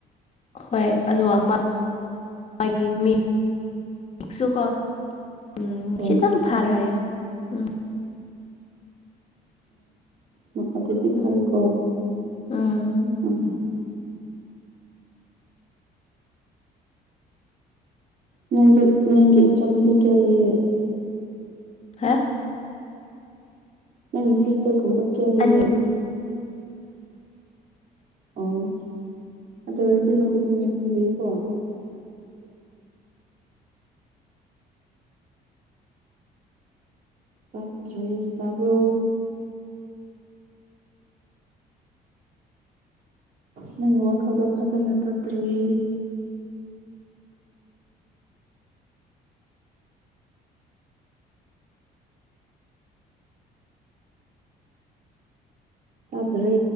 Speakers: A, on the left; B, on the right.
A: ꯍꯣꯏ ꯑꯗꯨꯒ ꯃꯥ ꯒꯤ ꯃꯤ ꯁꯨꯀꯣ ꯎꯝ
B: ꯍꯣꯏ
A: ꯈꯤꯇꯝ ꯐꯔꯦ ꯍꯥꯏꯌꯦ ꯎꯝ
B: ꯑꯣ ꯑꯗꯨꯗꯤ
A: ꯎꯝ
B: ꯐꯩꯀꯣ
A: ꯎꯝ
B: <unintelligible> ꯅꯪꯗꯨ ꯅꯪꯒꯤ ꯏꯆꯥꯅꯅꯨꯄꯤ ꯀꯌꯥ ꯂꯩꯌꯦ
A: ꯍꯥ
B: ꯅꯪꯒꯤ ꯁꯤꯁꯇꯔ ꯒꯨꯝꯕ ꯀꯌꯥ ꯂꯩꯌꯦ
A: ꯑꯅꯤ
B: ꯑꯣ ꯑꯗꯨ ꯑꯣꯏꯔꯗꯤ <unintelligible> <unintelligible> ꯇꯥꯕ꯭ꯔꯣ ꯅꯪꯒꯤ ꯋꯥꯈꯜꯗꫭ ꯐꯖꯅ ꯀꯠꯇ꯭ꯔꯤ ꯇꯥꯗ꯭ꯔꯦ